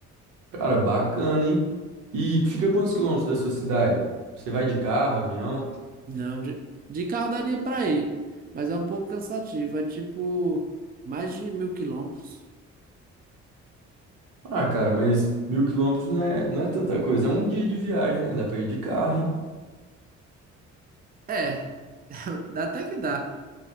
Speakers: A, on the right; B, on the right.
A: Cara, bacana, hein? E fica quantos quilômetros da sua cidade? Você vai de carro, avião?
B: Não, de, de carro daria pra ir, mas é um pouco cansativo, é tipo mais de mil quilômetros.
A: Ah, cara, mas mil quilômetros não é, não é tanta coisa. É um dia de viagem, né? Dá pra ir de carro, hein?
B: É, dá até que dá.